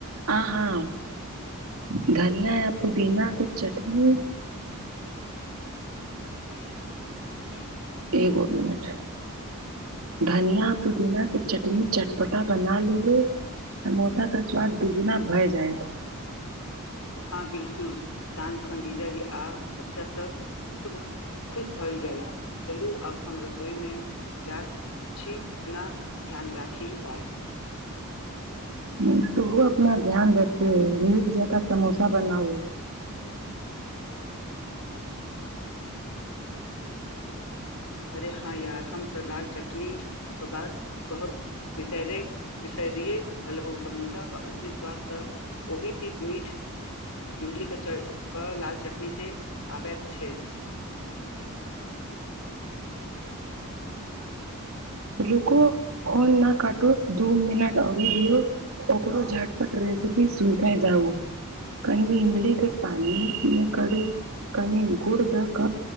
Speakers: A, on the right (about 70°); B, on the left (about 85°).
A: आ‍‍हँ धन नय अ पुदीना के चटनी
B: <inaudible>
A: एगो मिनट धनिया पुदीना केँ चटनी चटपटा बना लेबे समोसा केऊ स्वाद दुगुना भए जैत
B: हँ बिलकुल साँझ खन जीजा जी आ बच्चा सब शुभ खुश भ‌ईल जाइत चलू आब हम रसोई मे जात छी अपना ध्यान राखि बाय
A: हु तुहो अपना ध्यान रखे नीक जका समोसा बनाऊ
B: अरे हँ यार हम तऽ लाल चटनी क बात कहब बिसरे बिसरि गलहु समोसाे के असली स्वाद तऽ ओही तीत मीठ इमलीक च क लाल चटनीसँ आबैत छै
A: रुको फोन न काटू दू मिनट औरी दियौ ओकरो झटपट रेसिपी सुन के जाउ कनि इमल के पान मे करी कनि गुड़ दक